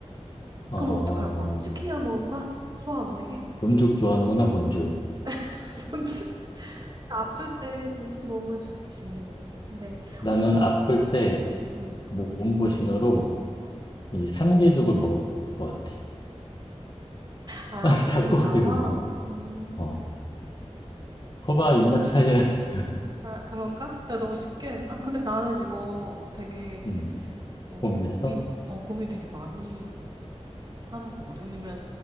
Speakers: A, on the left (about 40°); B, on the right (about 40°).
A: 어,
B: 그럼 어떡할 거야? 치킨이랑 먹을 거야? 소화 안 되게?
A: 본죽 좋아하는구나, 본죽.
B: <laughs> 본죽 아플 때 본죽 먹으면 좋지. 근데
A: 나는
B: 어쨌든
A: 아플 때
B: 음.
A: 몸보신으로 이 삼계죽을 먹을 것 같아.
B: 아
A: <laughs>
B: 닭고기
A: 닭고기를
B: 넣어서
A: 넣었어.
B: 음.
A: 어, 거봐, 입맛 차이라니까.
B: 아 그런가? 내가 너무 쉽게 했나? 근데 나는 이거 되게
A: 음,
B: 어
A: 고민했어?
B: 고민 어 고민 되게 많이 하는 거거든. 왜냐면